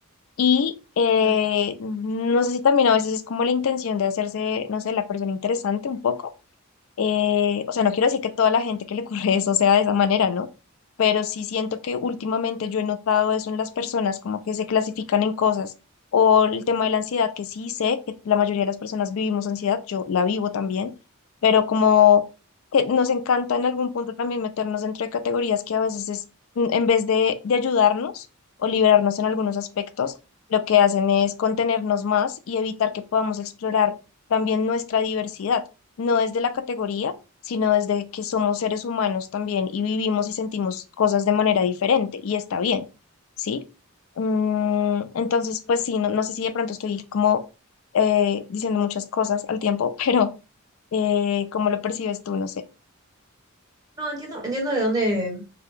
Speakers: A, on the left; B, on the right.
A: Y eh,
B: Claro.
A: no sé si también a veces es como la intención de hacerse, no sé, la persona interesante un poco eh, o sea, no quiero decir que toda la gente que le ocurre eso sea de esa manera, ¿no? Pero sí siento que últimamente yo he notado eso en las personas, como que se clasifican en cosas. O el tema de la ansiedad, que sí sé que la mayoría de las personas vivimos ansiedad, yo la vivo también, pero como que nos encanta en algún punto también meternos dentro de categorías que a veces es, mm, en vez de, de ayudarnos o liberarnos en algunos aspectos, lo que hacen es contenernos más y evitar que podamos explorar también nuestra diversidad no desde la categoría, sino desde que somos seres humanos también y vivimos y sentimos cosas de manera diferente y está bien, ¿sí? Mm, entonces, pues sí, no, no sé si de pronto estoy como eh, diciendo muchas cosas al tiempo, <laughs> pero eh, ¿cómo lo percibes tú? No sé.
B: No, entiendo, entiendo de dónde,